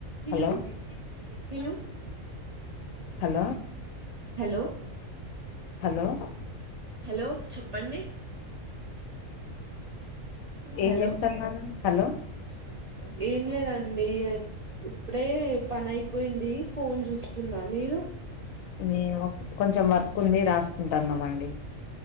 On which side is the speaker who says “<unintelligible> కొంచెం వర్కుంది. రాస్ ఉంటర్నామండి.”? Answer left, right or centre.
Left